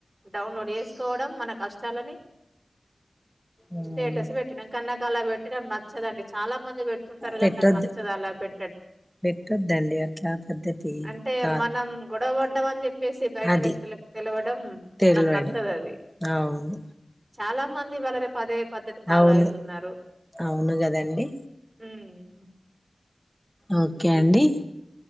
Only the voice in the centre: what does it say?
ఉమ్,
పెట్టొద్దు
పెట్టొద్దండి అట్లా పద్ధతి
కాదు
అది
తెలివడు
అవును
అవును
అవును కదండి
ఓకే అండి